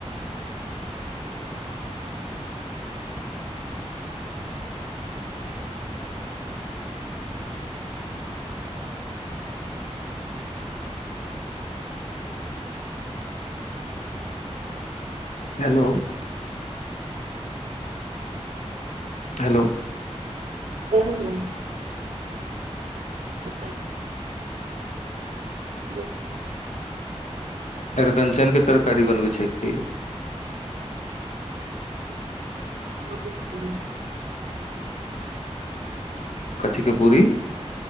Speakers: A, on the left (about 90°); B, on the right (about 80°).
A: हेलो हेलो।
B: हमही <unintelligible> हू
A: अरिकञ्चनके तरकारी बनबै छै कि
B: आबे छी -
A: कथि के पूरी